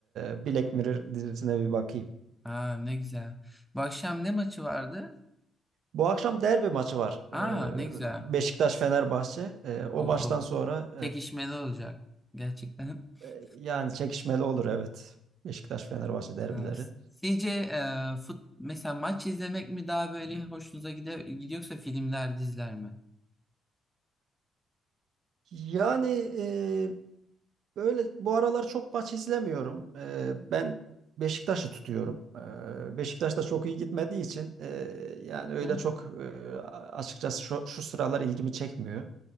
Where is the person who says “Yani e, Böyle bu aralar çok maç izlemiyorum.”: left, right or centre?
Right